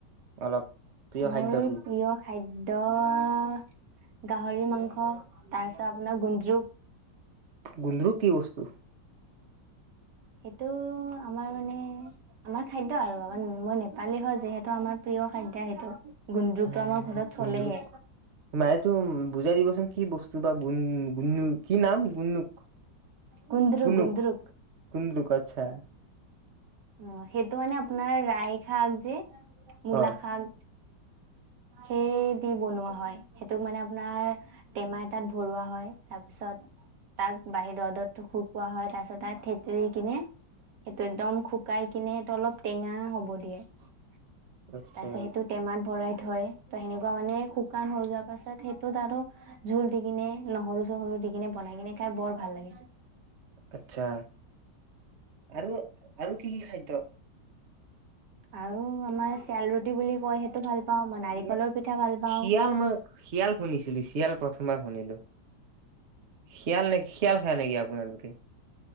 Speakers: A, on the right; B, on the right.
A: অলপ প্ৰিয়
B: মোৰ
A: খাদ্য কি?
B: প্ৰিয় খাদ্য গাহৰি মাংস, তাৰপিছত আপোনাৰ গুন্দ্ৰুক।
A: গুন্দ্ৰুক কি বস্তু?
B: সেইটো আমাৰ মানে আমাৰ খাদ্য আৰু আৰু মই নেপালী হয় যিহেতু আমাৰ প্ৰিয় খাদ্য সেইটো। গুন্দ্ৰুকটো
A: উম
B: আমাৰ ঘৰত
A: গুন্দ্ৰুক,
B: চলেয়ে
A: মই তো বুজাই দিবচোন কি ব কি বা গুন্দ্ৰুক কি নাম গুন্দুক,
B: গুন্দ্ৰুক
A: গুন্দুক,
B: গুন্দ্ৰুক
A: গুন্দ্ৰুক আটচা।
B: উ, সেইটো মানে আপোনাৰ লাই শাক যে মূলা
A: অ
B: শাক সেই দি বনোৱা হয়। টোক মানে আপোনাৰ টেমা এটাত ভৰোৱা হয় তাৰপিছত তাক বাহিৰ ৰ'দত শুকোৱা হয়। তাৰ পিছত তাক থেতেলি কিনি সেইটো একদম শুকাই কিনি সেইটো অলপ টেঙা হ'ব দিয়ে। তাৰপিছত
A: আচ্ছা
B: সেইটো টেমাত ভৰাই থয় সেনেকুৱা মানে শুকান হৈ যোৱা পাছত সেইটোত আৰু জোল দি কিনে নহৰু চহৰু দি কিনে বনাই কিনে খাই বৰ ভাল লাগে।
A: আত্ছা আৰু আৰু কি কি খাদ্য?
B: আৰু আমাৰ চিয়েল ৰুটি বুলি কয় সেইটো ভাল পাওঁ মই
A: শিয়
B: নাৰিকলৰ পিঠা ভাল পাওঁ
A: শিয়াল মই শিয়াল শুনিছিলো চিয়াল প্ৰথমবাৰ শুনিলো। শিয়াল নেকি খিয়াল খাই নেকি আপোনালোকে-